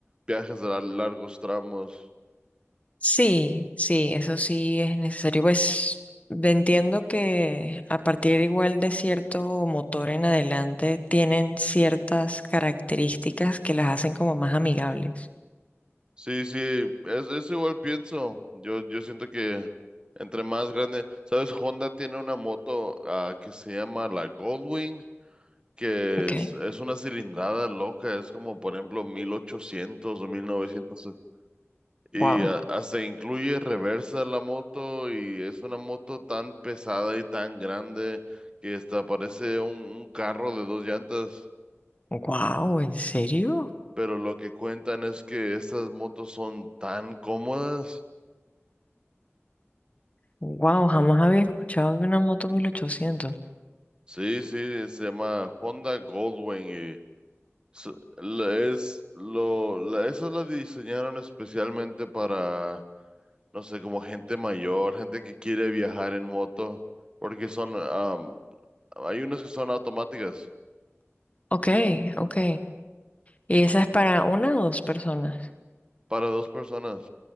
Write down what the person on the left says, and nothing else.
Sí, sí, eso sí es necesario. Pues entiendo que a partir igual de cierto motor en adelante tienen ciertas características que las hacen como más amigables.
Ok.
Wow.
Wow, ¿en serio?
Wow, jamás había escuchado de una moto 1800.
Ok, ok. Y esa es para una o dos personas.